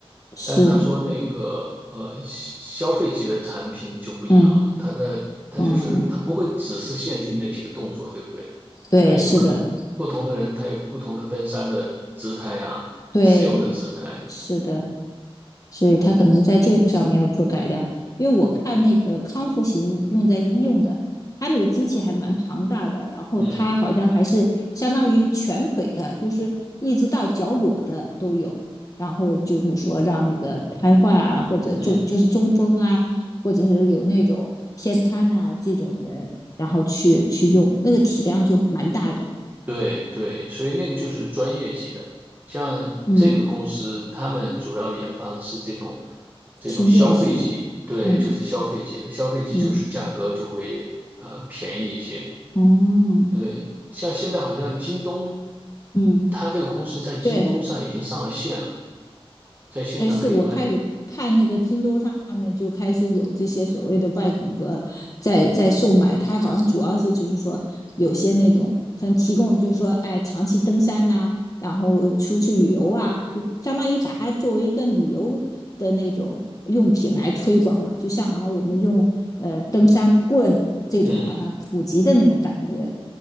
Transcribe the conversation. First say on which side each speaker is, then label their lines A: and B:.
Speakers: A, on the left; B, on the right.
A: 是，
B: 但是他说那个呃消消费级的产品就不一样了，
A: 嗯
B: 它的它就是它不会只是限定那几个动作，
A: 嗯，
B: 对不对？
A: 对，
B: 它也有可能不同的人他有不同的登山的姿态呀，
A: 是的，对，
B: 使用的姿态，
A: 是的，所以他可能在这个上面要做改良。因为我看那个康复型用在医用的，它那个机器还蛮庞大的，然后它好像还是相当于全腿的，
B: 嗯
A: 就是一直到脚裸的都有。然后就是说让那个瘫痪啊，或者中就是中风啊，
B: 嗯，
A: 或者是有那种偏瘫呐、这种人，然后去去用，那个体量就蛮大的。
B: 对对，所以那个就是专业级的。像这个公司，
A: 嗯，
B: 他们主要研发的是这种这种消费级，
A: 轻便型，
B: 对，
A: 嗯
B: 就是消费级的，消费级就是价格就会呃便宜一些，
A: 嗯哦
B: 对，像现在好像京东，
A: 嗯，
B: 它这个公司在京东上已经上了线了，
A: 对，
B: 在线上可以卖。
A: 哎，是我开始看那个京东上面就开始有这些所谓的外骨骼在在售卖，它好像主要是就是说有些那种可能提供就是说哎长期登山呐、然后出去旅游啊，就相当于把它作为一个旅游的那种用品来推广嘛，就像好像我们用呃登山棍这种好像普及的那种感觉，
B: 嗯，